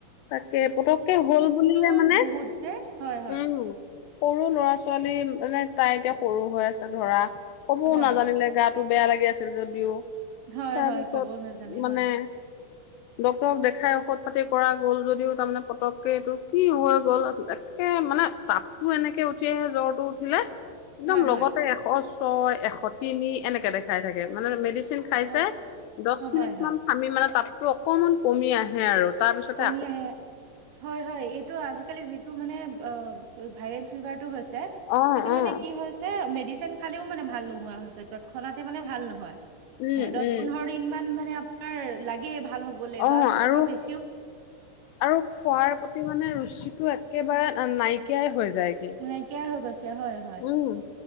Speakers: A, on the left; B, on the right.
A: তাকে পতককে হ'ল বুলিলে
B: ব
A: মানে
B: বহুত যে হয় হয়
A: উম, সৰু লৰা ছোৱালী মানে তাই এতিয়া সৰু হৈ আছে ধৰা কবও
B: হয়
A: নাজানিলে গাত টো বেয়া লাগি আছিল যদিও
B: হয়
A: তাৰপিছত
B: হয় ক'ব নাজানে
A: মানে
B: হয়
A: ডক্তৰক দেখাই ঔষধ পাতি কৰা। গ'ল যদিও তাৰমানে পতককে এইটো কি হৈ গ'ল একে মানে তাপটো এনেকে উঠি আহে। চ তো উঠিলে একদম
B: হয়
A: লগতে
B: হয়
A: এশ ছয় এশ তিনি এনেকে দেখাই থাকে মানে মেডিসিন খাইছে
B: অ
A: দহ মিনিট
B: হয় হয়
A: মান খামি মানে তাততটো অকমান কমি আহে আৰু তাৰপিছতে
B: কমি হয় হয় এইটো আজিকালি যিটো মানে ভাইৰেল ফিভাৰ টো হৈছিলে
A: অ',
B: সেইটো
A: অ',
B: মানে কি হৈছে মেডিচিন খালেও মানে ভাল ন তৎক্ষণাৎ মানে ভাল নহয়
A: উম,
B: দহ
A: উম।
B: পন্দৰ দিন মানে লাগে ভাল হ'বলে
A: অ
B: বা কেতিয়াবা
A: আৰু
B: বেছ
A: আৰু খোৱাৰ প্ৰতি মানে ৰুচিটো একেবাৰে নাইকিয়াই হৈ যায়।
B: নাইকিয়াই হৈ গৈছে হয় হয়
A: উম